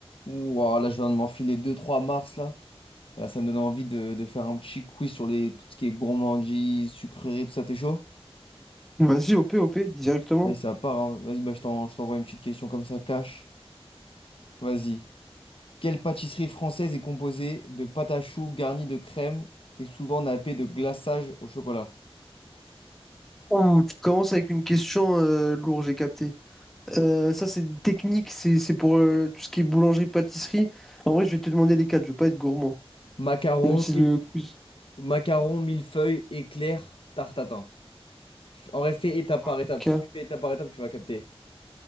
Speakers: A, on the left; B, in the centre.
A: Ouah, là, je viens de m'enfiler deux trois mars, là. Euh, ça me donne envie de, de faire un petit quiz sur les, tout ce qui est gourmandise, sucrerie, tout ça, t'es chaud?
B: Vas-y, OP, OP, directement.
A: Vas-y, ça part, hein. Vas-y, bah, je t'en- je t'envoie une petite question comme ça, cash. Vas-y. Quelle pâtisserie française est composée de pâte à choux garnie de crème et souvent nappée de glaçage au chocolat?
B: Ouh, tu commences avec une question euh, lourde, j'ai capté. Euh, ça, c'est une technique, c'est c'est pour euh, tout ce qui est boulangerie, pâtisserie. En vrai, je vais te demander les quatre, je veux pas être gourmand.
A: Macaron,
B: Même si
A: mille-
B: le quiz.
A: macaron, millefeuille, éclair, tarte à tatin. F- En vrai, fais étape
B: Ok,
A: par étape. Si tu fais étape par étape, tu vas capter.